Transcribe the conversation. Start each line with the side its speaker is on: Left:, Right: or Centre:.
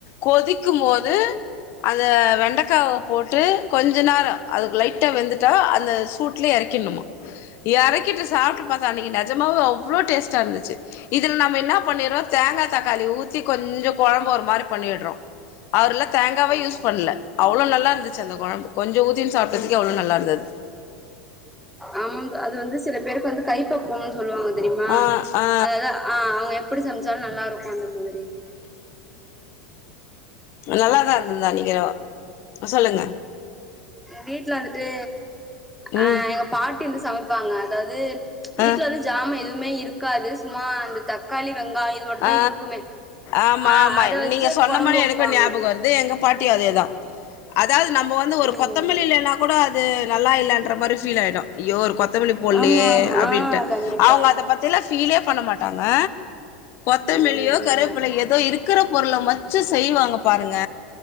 Left: கொதிக்கும் போது அந்த வெண்டைக்காவ போட்டு கொஞ்ச நேர அதுக்கு லைட்டா வெந்துட்டா அந்த ட்ல எறக்கினுமா எறக்கிட்டு சாப்ட்டு பாத்த அன்னைக்கி நெஜமாவே அவ்ளோ டேஸ்டா இருந்துச்சு இதுல நம்ம என்ன பண்ணிறோ தேங்கா தக்காளி ஊத்தி கொஞ்ச கொழம்பு ஒரு மாரி பண்ணிடுறோ அவர் எல்ல தேங்காவே
Centre: ம்
Left: யூஸ் பண்ணல அவ்ள நல்லா இருந்துச்சு அந்த குழம்பு கொஞ்சம் ஊற்றின்னு சாப்டதுக்கே அவ்ளோ நல்லா இருந்தது
Centre: ஆமா ந் அது வந்து ஸ் சில பேருக்கு வந்து கை பக்வம்னு சொல்லுவாங்க தெரியமா
Left: ஆ ஆ
Centre: அதது ஆ அவங்க எப்டி சமைச்சாலும் நல்லா இருக்கு அந்த மாத்ரி
Left: நல்லாதான் இருந்தது அந்நக்கி சொல்லுங்க
Centre: வீட்டுல வந்துட்டு
Left: ம்
Centre: அ எங்க பாட்டி வந்து சமைப்பாங்க அதாது ப்ச்
Left: ஆ
Centre: வீட்டு்ல வந்து ஜாம எதுவுமே இருக்காது சும்மா அந்த தக்காளி வெங்காய இது மட்டுந்தா
Left: ஆ
Centre: இருக்குமே
Left: ஆமா
Centre: ஆ
Left: ஆமா
Centre: அத வச்சு
Left: நீங்க சொன்ன
Centre: கொழம்பு
Left: மானே
Centre: வைப்பாங்க
Left: எனக்கும் ஞாபகம் வருது எங்க பாட்டி அதேதான் அதாவது நம்ம வந்து ஒரு
Centre: ம்
Left: கொத்தமல்லி இல்லன்னா கூட அது நல்லா இல்லன்ற மாரி ஃபீல் ஆயிடும் யோ ஒரு கொத்தமல்லி போலயே
Centre: ஆமா ஆமா
Left: அப்டின்டு
Centre: ஆ கண்டிப்பா
Left: அவங்க அத பத்தில பீலே பண்ண மாட்டு தங்க த்தமெலியோ
Centre: ம்
Left: கரேப்பில ஏதோ இருக்கிற பொருள்ள மச்ச செய்வாங்க பாருங்க